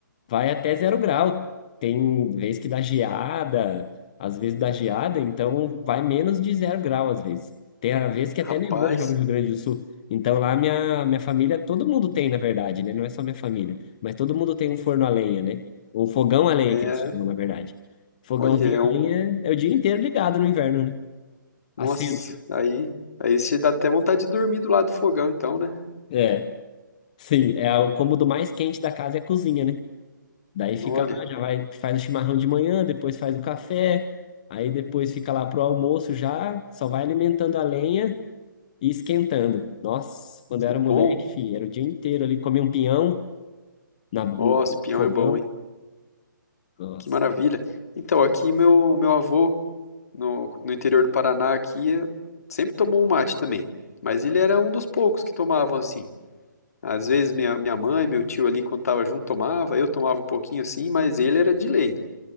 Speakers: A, on the left; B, on the left.
A: vai até zero grau. Tem vez que dá geada, às vezes dá geada, então vai menos de zero grau às vezes. Tem a vez que até
B: Rapaz,
A: nevou já no Rio Grande do Sul. Então lá minha, minha família, todo mundo tem, na verdade, né? Não é só minha família, mas todo mundo tem um forno a lenha, né? Um fogão a lenha
B: é,
A: que eles chamam, na verdade. Fogãozinho
B: olha, é um,
A: a lenha é o dia inteiro ligado no inverno, né?
B: nossa,
A: Assim,
B: aí, aí você dá até vontade de dormir do lado do fogão, então, né?
A: É, sim, é o cômodo mais quente da casa é a cozinha, né? Daí fica
B: Olha,
A: lá, já vai, faz o chimarrão de manhã, depois faz o café, aí depois fica lá pro almoço já, só vai alimentando a lenha e esquentando. Nossa, quando
B: que
A: eu era moleque,
B: bom.
A: filho, era o dia inteiro ali, comia um pinhão na, no
B: Ó, esse pinhão
A: fogão.
B: é bom, hein?
A: Nossa.
B: Que maravilha. Então, aqui meu meu avô no, no interior do Paraná aqui eh, sempre tomou um mate também, mas ele era um dos poucos que tomavam assim. Às vezes minha, minha mãe, meu tio ali quando tava junto tomava, eu tomava um pouquinho assim, mas ele era de lei.